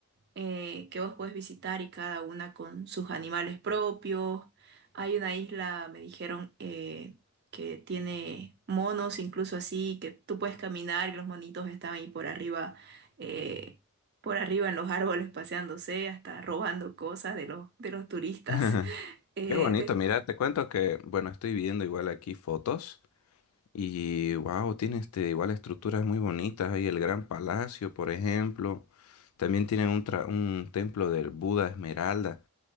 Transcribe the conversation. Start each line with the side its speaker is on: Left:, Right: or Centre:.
Right: eh, que vos puedes visitar y cada una con sus animales propios. Hay una isla, me dijeron, eh, que tiene monos, incluso así, que tú puedes caminar y los monitos están ahí por arriba. eh, por arriba en los árboles paseándose, hasta robando cosas de los, de los turistas.
Left: <laughs>
Right: Eh,
Left: Qué bonito,
Right: de-
Left: mira, te cuento que, bueno, estoy viendo igual aquí fotos y, wow, tiene este, igual estructuras muy bonitas, hay el Gran Palacio, por ejemplo, también tienen un, tra- un templo del Buda Esmeralda.